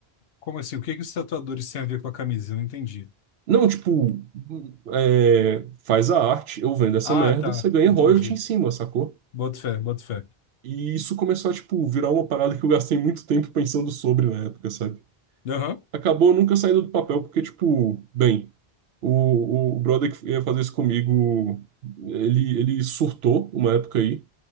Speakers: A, on the left; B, on the right.
A: Como assim? O que que os tatuadores têm a ver com a camisa? Eu não entendi.
B: Não, tipo, é, faz a arte, eu vendo essa
A: Ah,
B: merda,
A: tá.
B: você ganha
A: Entendi.
B: royalty em cima, sacou?
A: Boto fé, boto fé.
B: E isso começou a, tipo, virar uma parada que eu gastei muito tempo pensando sobre na época, sabe?
A: Aham,
B: Acabou nunca saindo do papel, porque, tipo, bem, o, o brother que ia fazer isso comigo, ele, ele surtou uma época aí.